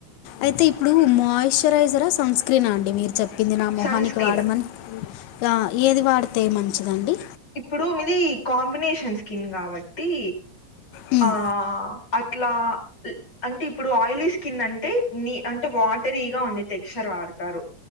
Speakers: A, on the left; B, on the left.
A: అయితే ఇప్పుడు మాయిశ్చరైజరా సన్ స్క్రీనా అండి మీరు చెప్పింది నా మొహానికి
B: సన్ స్క్రీన్
A: వాడమన్ గా ఏది వాడితే మంచిదండి
B: ఇప్పుడు మీది కాంబినేషన్ స్కిన్ గావట్టి
A: మ్మ్.
B: ఆ అట్లా ల్ అంటే ఇప్పుడు ఆయిలీ స్కిన్ అంటే నీ అంటే వాటరీగా ఉండే టెక్స్చర్ వాడతారు